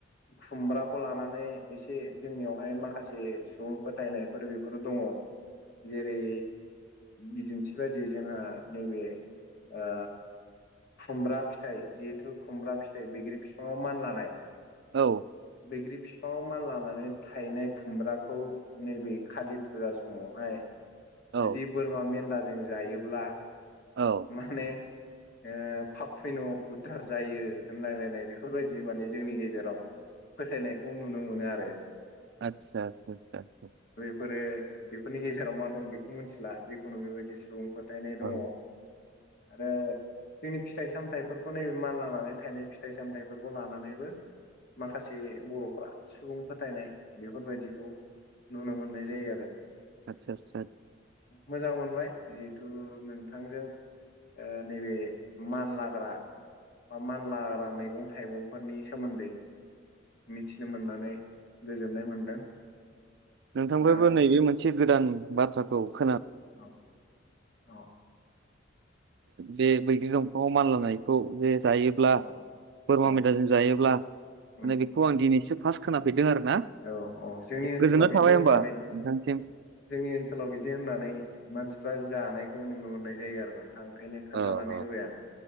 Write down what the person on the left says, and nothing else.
खुमब्राखौ लानानै एसे जोंनियावहाय माखासे सुबुं फोथायनायफोर बेफोर दङ जेरै बिदिन्थि बायदियै जोंहा नैबे ओ खुमब्रा फिथाइ जिहेथु खुमब्रा फिथाइ बैग्रि फिफाङाव मानलानाय
बैग्रि फिफाङाव मानलानानै थायनाय खुमब्राखौ नैबे खालि फुजा समावहाय जुदि
बोरमा मेन्दाजों जायोब्ला
माने ओ पाब फुइन' उधार जायो होनलायलायनाय बेफोरबायदि माने जोंनि गेजेराव फोथायनायखौ नुनो मोनो आरो।
फोरो बेफोरनि गेजेराव मा दं बेखौ मोथिला जिखुनु बेबायदि सुबुं फोथायनाय दङ'।
आरो जोंनि फिथाइ सामथायाइफोरखौ नैबे मानलानानै थाइनाय फिथाइ सामथायाइफोरखौ लानानैबो माखासे बर'फ्रा सुबुं फोथायनाय बेफोरबायदिखौ नुनो मोननाय जायो आरो।
मोजां मोनबाइ बियो थु नोंथांजों ओ नैबे मानलाग्रा मा-मानलाग्रा मैगं थाइगंफोरनि सोमोन्दै मिथिनो मोननानै गोजोननाय मोनदों।
दा
औ औ।
औ
औ
उम
औ औ जोंनि ओनसोलाव
बिदि
होननानै
जोंनि ओनसोलाव बिदि होननानै मानसिफ्रा जानायखौ नुनो मोननाय जायो आरो नोंथां। ओंखायनो खोन्थानानै
होबाय आं।